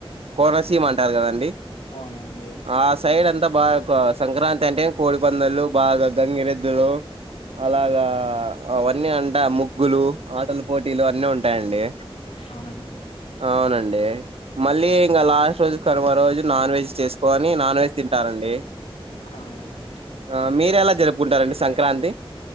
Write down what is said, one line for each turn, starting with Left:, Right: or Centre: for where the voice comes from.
Right: కోనసీమ అంటారు కదండి
Left: అవునండి
Right: ఆ సైడ్ అంతా బాగా సంక్రాంతి అంటే కోడిపందలు బాగా గంగిరెద్దులు అలాగా అవన్నీ అంటే ముగ్గులు ఆటల పోటీలు అన్నీ ఉంటాయండి
Left: అవునండి
Right: అవునండి మళ్ళీ ఇంగ లాస్ట్ రోజు కనుమ రోజు నాన్ వెజ్ చేస్కోని నాన్ వెజ్ తింటారండి
Left: ఆ అంటే
Right: ఆ మీరేలా జర్పుకుంటారండి సంక్రాంతి